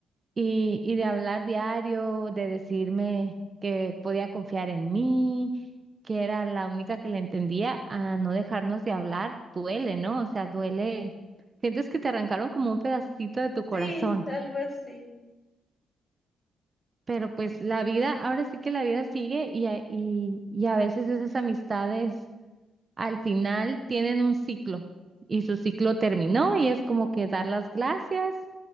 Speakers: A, on the right (about 40°); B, on the left (about 20°).
A: Y, y de hablar diario, de decirme que podía confiar en mí, que era la única que le entendía, a no dejarnos de hablar, duele, ¿no? O sea, duele. Sientes que te arrancaron como un pedacito de tu corazón.
B: Sí, algo así.
A: Pero pues la vida, ahora sí que la vida sigue y, a- y, y a veces esas amistades al final tienen un ciclo y su ciclo terminó y es como que dar las gracias